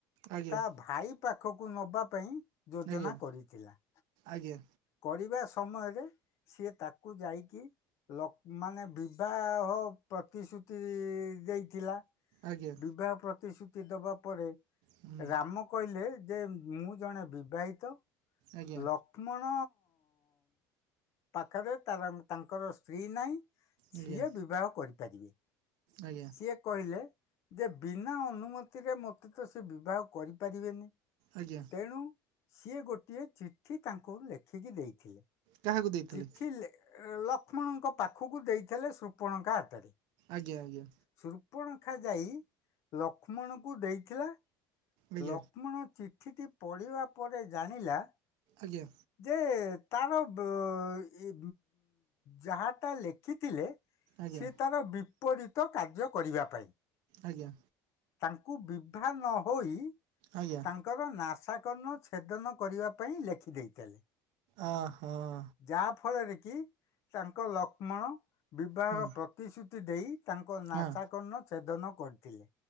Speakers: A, on the right; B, on the left.
A: ଆଜ୍ଞା
B: ତା ଭାଇ ପାଖକୁ ନବା ପାଇଁ ଯୋଜନା
A: ଆଜ୍ଞା
B: କରିଥିଲା
A: ଆଜ୍ଞା।
B: କରିବା ସମୟରେ ସିଏ ତାକୁ ଯାଇକି ଲ ମାନେ ବିବାହ ପ୍ରତିଶ୍ରୁତି ଦେଇଥିଲା
A: ଆଜ୍ଞା
B: ବିବାହ ପ୍ରତିଶ୍ରୁତି ଦବା ପରେ
A: ହୁଁ
B: ରାମ କହିଲେ ଯେ ମୁଁ ଜଣେ ବିବାହିତ
A: ଆଜ୍ଞା
B: ଲ ଲକ୍ଷ୍ମଣ ପାଖରେ ତାର ତାଙ୍କର ସ୍ତ୍ରୀ ନାହିଁ। ସିଏ
A: ଆଜ୍ଞା
B: ବିବାହ କରିପାରିବେ
A: ଆଜ୍ଞା
B: ସିଏ କହିଲେ ଯେ ବିନା ଅନୁମତିରେ ମତେ ତ ସେ ବିବାହ କରିପାରିବେନି।
A: ଆଜ୍ଞା।
B: ତେଣୁ ସିଏ ଗୋଟିଏ ଚିଠି ତାଙ୍କୁ ଲେଖିକି ଦେଇଥିଲେ
A: କାହାକୁ ଦେଇଥିଲେ
B: ଚିଠି ଲେ ଲକ୍ଷ୍ମଣଙ୍କ ପାଖୁକୁ ଦେଇଥିଲେ ଶୃପଣଖା ହାତରେ।
A: ଆଜ୍ଞା ଆଜ୍ଞା।
B: ଶୃପଣଖା ଯାଇ ଲକ୍ଷ୍ମଣଙ୍କୁ ଦେଇଥିଲା
A: ଆଜ୍ଞା
B: ଲକ୍ଷ୍ମଣ ଚିଠିଟି ପଢ଼ିବା ପରେ ଜାଣିଲା
A: ଆଜ୍ଞା।
B: ଯେ ତାର ବ ଏ ଯାହାଟା ଲେଖିଥିଲେ
A: ଆଜ୍ଞା
B: ସିଏ ତାର ବିପରୀତ କାର୍ଯ୍ୟ କରିବା ପାଇଁ।
A: ଆଜ୍ଞା
B: ତାଙ୍କୁ ବିଭା ନ ହୋଇ
A: ଆଜ୍ଞା।
B: ତାଙ୍କର ନାସାକର୍ଣ୍ଣ ଛେଦନ କରିବା ପାଇଁ ଲେଖି ଦେଇଥିଲେ।
A: ଅହ।
B: ଯାହା ଫଳରେ କି ତାଙ୍କ ଲକ୍ଷ୍ମଣ ବିବାହର
A: ହୁଁ
B: ପ୍ରତିଶ୍ରୁତି ଦେଇ ତାଙ୍କ ନାସାକର୍ଣ୍ଣ
A: ହଁ
B: ଚ୍ଛେଦନ କରିଥିଲେ।